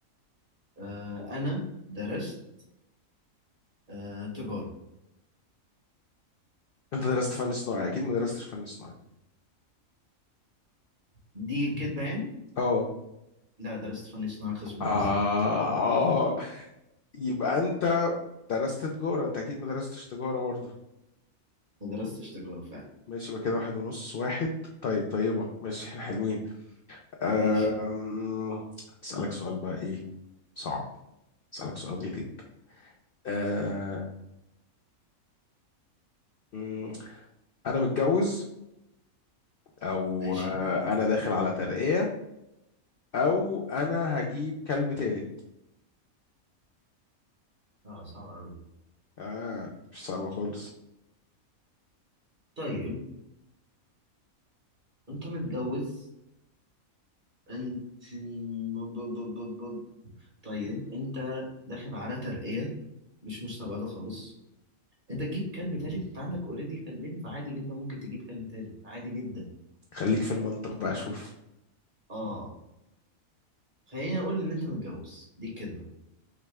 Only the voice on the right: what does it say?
آه، انا درست آه، تجارة
دي كدبة يعني؟
لا درست فني صناعة قسم
ملابس جد
ما درستش تجارة فعلا
ماشي
ماشي
اه صعب أوي دي.
طيب أنت متجوز أنت ب- ب- ب- ب- ب- طيب أنت داخل على ترقية مش مستبعدة خالص أنت تجيب كلب تالت أنت عندك أوريدي كلبين فعادي جدا ممكن تجيب كلب تالت عادي جدا
اه خليني أقول إن أنت متجوز دي الكدبة